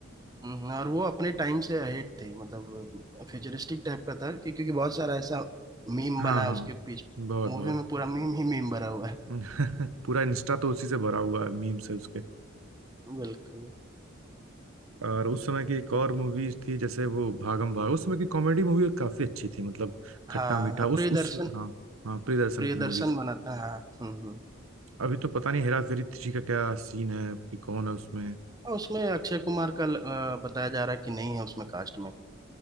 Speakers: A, on the right; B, on the right.
A: हम्म, हम्म, और वो अपने टाइम से अहेड थी मतलब फ्यूचरिस्टिक टाइप का था कि क्योंकि बहुत सारा ऐसा मीम
B: हाँ
A: बना है
B: हाँ
A: उसके पीछे
B: बहुत
A: मूवी
B: बहुत
A: में पूरा मीम ही मीम भरा हुआ है
B: <laughs> पूरा इंस्टा तो उसी से भरा हुआ है मीम से उसके
A: बिल्कुल
B: और उस समय की एक और मूवी थी जैसे वो भागम भाग उस समय की कॉमेडी मूवी काफी अच्छी थी मतलब खट्टा
A: हाँ
B: मीठा
A: प्रियदर्शन
B: उस उस हाँ हाँ प्रियदर्शन
A: प्रियदर्शन
B: की मूवीज
A: बना था हाँ हम्म हम्म
B: अभी तो पता नहीं हेरा फेरी थ्री का क्या सीन है कि कौन है उसमें
A: और उसमें अक्षय कुमार का ल- अ, बताया जा रहा है कि नहीं है उसमें कास्ट में